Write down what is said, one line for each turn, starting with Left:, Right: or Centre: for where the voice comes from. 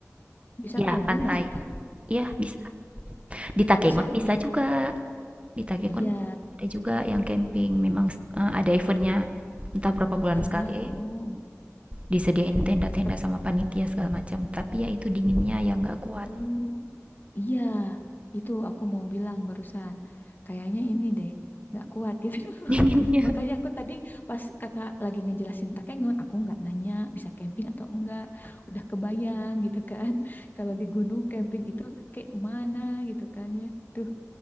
Left: Bisa
Right: ya
Left: camping
Right: pantai.
Left: nggak sih, Kak?
Right: Iya, bisa. Di Takengon
Left: Bisa?
Right: bisa
Left: Ih,
Right: juga. Di Takengon
Left: iya,
Right: ada juga yang camping. Memang s eh, ada eventnya, Entah berapa bulan
Left: eventnya.
Right: sekali,
Left: Oh,
Right: eh, disediain tenda-tenda
Left: Ket-
Right: sama panitia segala macam. Tapi ya itu dinginnya yang nggak kuat.
Left: oh, iya, itu aku mau bilang barusan. Kayaknya ini deh, nggak kuat gitu. <laughs>
Right: <laughs> Dinginnya.
Left: Makanya aku tadi pas kakak lagi ngejelasin Takengon, aku nggak nanya bisa camping atau enggak. Udah kebayang gitu kan. <laughs> Kalau di gunung camping itu kayak mana gitu kan ya. Tuh